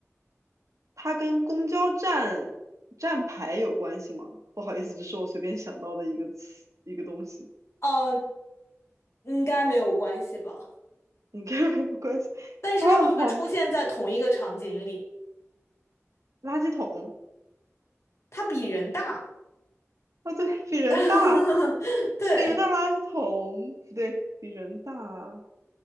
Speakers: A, on the right; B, on the left.
A: 它跟公交站站牌有关系吗？不好意思，只是我随便想到的一个词，一个东西，
B: 呃，应该没有关系吧？
A: 应该没有关系。
B: 但是他们会出现在同一个场景里，
A: 啊，好，垃圾桶。
B: 它比人大。
A: 哦，对，比人大，
B: <laughs> 对，
A: 比人大垃圾桶，不对，比人大，